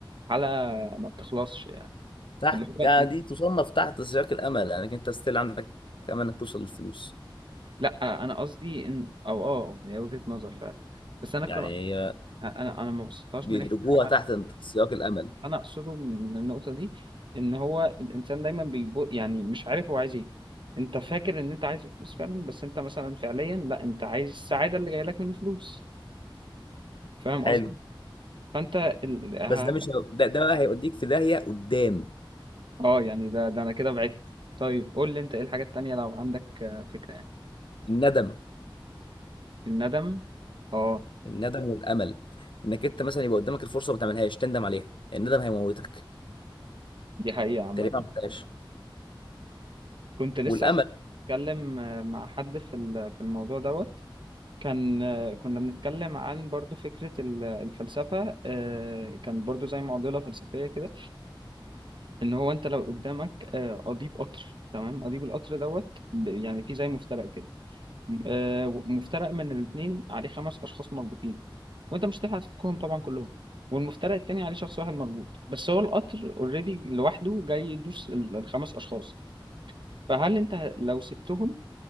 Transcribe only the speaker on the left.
تحت
يعني
دي تصنف تحت سياق الامل لانك انت ستيل عندك امل انك توصل للفلوس
يعني
هي
بيدرجوها
تحت سياق الامل
حلو
بس ده مش ده, ده بقى هيوديك في داهيه قدام
الندم
الندم والامل انك انت مثلا يبقى قدامك الفرصه وما تعملهاش تندم عليها الندم هيموتك
تقريبا ما عملتهاش
والامل